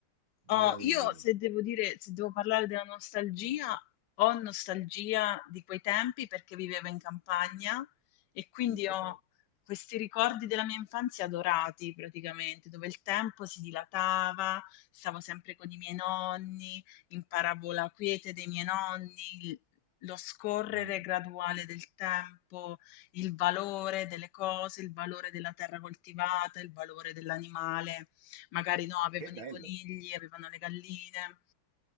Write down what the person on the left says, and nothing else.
Oh, io se devo dire, se devo parlare della nostalgia, ho nostalgia di quei tempi perché vivevo in campagna e quindi
ho
questi ricordi della mia infanzia dorati praticamente, dove il tempo si dilatava, stavo sempre con i miei nonni, imparavo la quiete dei miei nonni, il lo scorrere
graduale del tempo, il valore delle cose, il valore della terra coltivata, il valore dell'animale. Magari no, avevano
i conigli, avevano le galline.